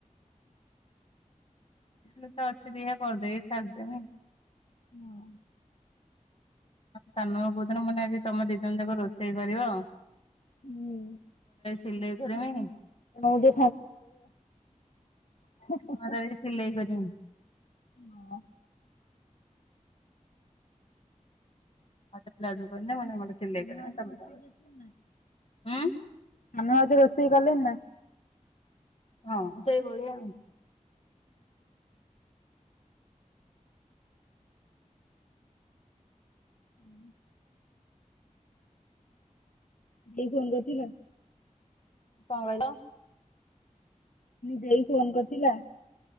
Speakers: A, on the left; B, on the left.
A: ମୁଁ ତ ଅଛି କରିଦେଇକି ସାରିଦେବି।
B: ହୁଁ।
A: ସାନୁ କହୁଥିଲ ମାନେ ଆଜି ତମେ ଦି ଜଣ ଯାକ ରୋଷେଇ କରିବ।
B: ହୁଁ
A: ସିଲେଇ କରିବି ହୁଁ।
B: ନମ ଗେ <unintelligible>
A: ମୋର ଏଇ ସିଲେଇ କରିମି।
B: ହଁ
A: ଆଟ ପ୍ଲଜୁ କରି ମନେ ମନେ ସିଲେଇ
B: ତମେ
A: କରିବ
B: ଭାଉଜ
A: ତ
B: ରୋଷେଇ
A: ମ
B: କରୁଛନ୍ତି ନା?
A: ହୁଁ।
B: ସାନ ମାଉସୀ ରୋଷେଇ କଲେଣିି ନା?
A: ହଁ ସେଇଭଳିଆ ଆଉ।
B: ହୁଁ ଏହି ଫୋନ ଧରିଥିଲା।
A: ପାହୁଳ
B: ଦେଇ ଫୋନ କରିଥିଲା?